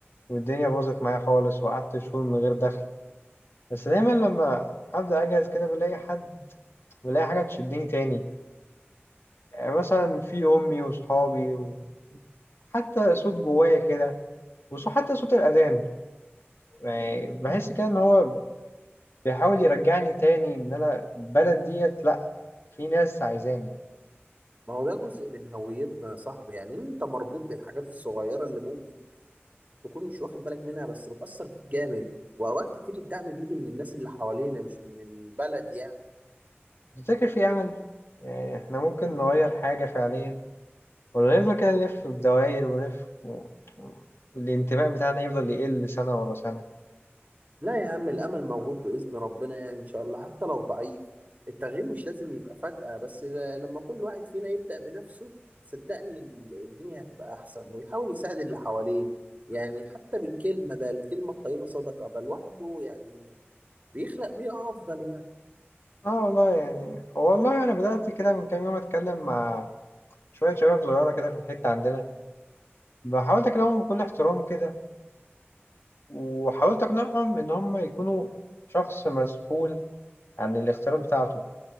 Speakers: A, on the left; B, on the right.
A: والدنيا باظت معايا خالص وقعدت شهور من غير دخل بس دايما لما أبدأ أجهز كده بلاقي حد بلاقي حاجة تشدني تاني يعني مثلا في أمي وصحابي وحتى صوت جوايا كده وحتى صوت الأذان يعني بحس كده إن هو بيحاول يرجعني تاني إن أنا البلد ديت لأ في ناس عايزاني
B: ما هو ده جزء من هويتنا يا صاحبي يعني أنت مربوط بالحاجات الصغيرة اللي ممكن تكون مش واخد بالك منها بس بتأثر فيك جامد وأوقات كتير الدعم بيجي من الناس اللي حوالينا مش من البلد يعني
A: تفتكر في أمل؟ يعني إحنا ممكن نغير حاجة فعليا ولا نفضل كده نلف في دوائر ونلف و... والانتماء بتاعنا يفضل يقل سنة ورا سنة
B: لا يا عم الأمل موجود بإذن ربنا يعني إن شاء الله حتى لو ضعيف التغيير مش لازم يبقى فجأة بس ل- لما كل واحد فينا يبدأ بنفسه صدقني ال- الدنيا هتبقى أحسن ويحاول يساعد اللي حواليه يعني حتى بالكلمة ده الكلمة الطيبة صدقة ده لوحده يعني بيخلق بيئة أفضل يعني
A: اه والله يعني والله انا بدات كده من كام يوم اتكلم مع شويه شباب صغيره كده في الحته عندنا حاولت اكلمهم بكل احترام كده وحاولت اقنعهم ان هم يكونوا شخص مسؤول عن الاختيارات بتاعته